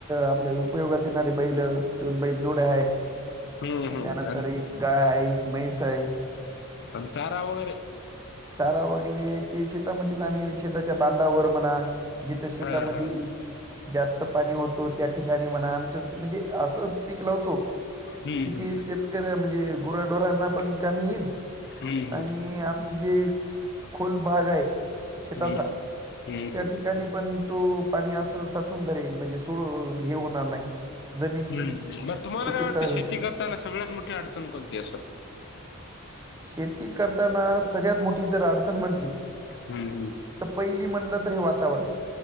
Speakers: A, on the right; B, on the left.
A: आपले उपयोगात येणारे बैलं दोन बैल जुड्या आहेत
B: हम्म हम्म
A: त्यानंतर
B: आणि
A: एक गाय आहे, एक म्हैस आहे.
B: आणि चारा वगैरे
A: चारा वगैरे ते शेतामध्येच आम्ही शेताच्या बांधावर म्हणा जिथं शेतांमध्ये
B: हा हा
A: जास्त पाणी होतो त्या ठिकाणी म्हणा आमचं म्हणजे असं पीक लावतो.
B: हम्म
A: कि
B: हम्म
A: ते शेतकऱ्या म्हणजे गुराढोरांना पण कामी येईल
B: हम्म
A: आणि
B: हम्म
A: आमचं जे खुल भाग आहे. शेताचा
B: हम्म हम्म
A: त्या
B: हम्म
A: ठिकाणी पण तो पाणी असं साचून धरेल म्हणजे सोड हे होणार नाही जमीनची
B: हम्म, हम्म
A: सु-
B: बर तुम्हाला
A: सुपीकता
B: काय वाटत शेती
A: हे
B: करताना सगळ्यात मोठी अडचण कोणती असं?
A: शेती करताना सगळ्यात मोठी जर अडचण म्हटली
B: हम्म,
A: तर पहिली म्हटलं तर हे वातावरण